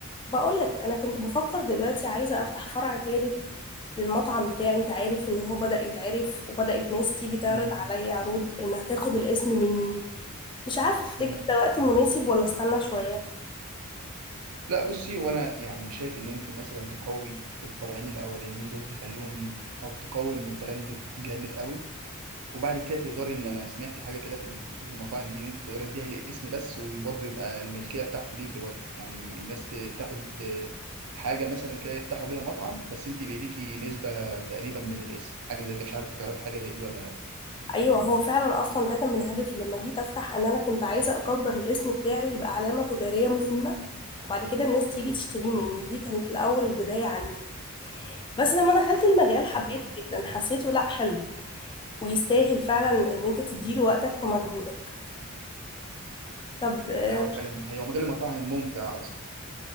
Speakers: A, on the left; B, on the right.
A: بقولك انا كنت بفكر دلوقتي عايزه افتح فرع تالت للمطعم بتاعي انت عارف ان هو بدأ يتعرف وبدأت ناس تيجي تعرض
B: مم.
A: عليا عروض انها تاخد الاسم مني مش عارفه تفتكر
B: مم.
A: ده وقت مناسب ولا استنى شويه
B: لا بصي هو انا يعني شايف ان انت مثلا تقوي الفرعين الاولانيين دول تخليهم او تقوي من البراند جامد قوي وبعد كده تقدري ان انا سمعت حاجه كده في خصوص المطاعم دي ان انت تقدري تبيعي الاسم بس وبرضه يبقى الملكيه بتاعته ليكي برضه يعني الناس تاخد حاجه مثلا كده يفتحوا بيها مطعم بس انت يبقى ليكي نسبه تقريبا من الاسم حاجه زي كده مش عارف تعرفي حاجه زي دي ولا لا
A: ايوه هو فعلا اصلا ده كان من هدفي لما جيت افتح ان انا كنت عايزه اكبر الاسم بتاعي يبقى علامه تجاريه مهمه وبعد كده الناس تيجي
B: مم.
A: تشتريه مني دي كانت الاول البدايه عندي بس لما دخلت المجال حبيته
B: تمام
A: جدا حسيته لا حلو ويستاهل فعلا ان انت تديله
B: مم.
A: وقتك ومجهودك طب آه،
B: ايوه فعلا دي حقيقه ومجال المطاعم ممتع اصلا